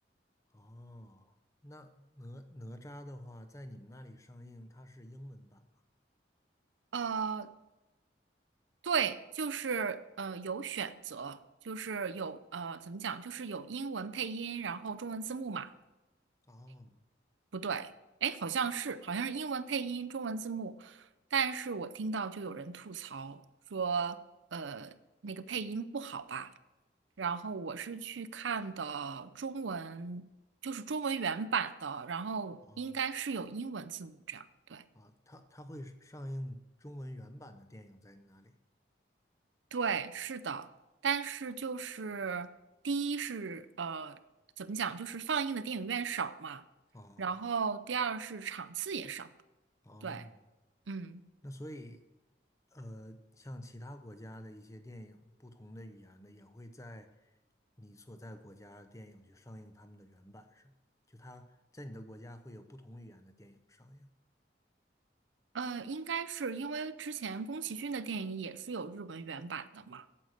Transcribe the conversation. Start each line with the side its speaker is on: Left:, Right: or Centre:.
Left: 哦，那哪哪吒的话，在你们那里上映，它是英文版吗？
Right: 呃，对，就是呃有选择，就是有呃怎么讲，就是有英文配音，然后中文字幕嘛。
Left: 哦
Right: 不对，哎，好像是，好像是英文配音，中文字幕。但是我听到就有人吐槽说，呃，那个配音不好吧？然后我是去看的中文，就是中文原版的，然后应该是有英文字幕这样。
Left: 哦
Right: 对，
Left: 啊，它它会上映中文原版的电影在哪里？
Right: 对，是的。但是就是第一是呃，怎么讲，就是放映的电影院少嘛，
Left: 哦
Right: 然后第二是场次也少。
Left: 哦，
Right: 对，嗯。
Left: 那所以，呃，像其他国家的一些电影，不同的语言的也会在你所在国家的电影去上映他们的原版，是吗？就它在你的国家会有不同语言的电影上映。
Right: 呃，应该是因为之前宫崎骏的电影也是有日文原版的嘛，